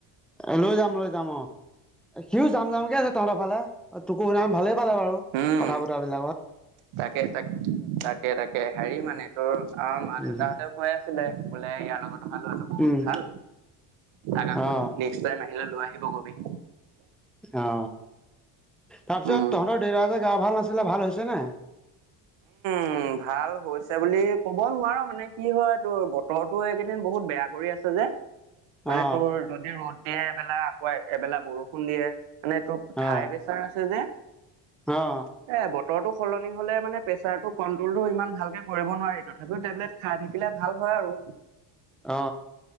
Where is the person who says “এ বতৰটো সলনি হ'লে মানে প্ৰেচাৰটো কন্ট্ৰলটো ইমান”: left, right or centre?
Right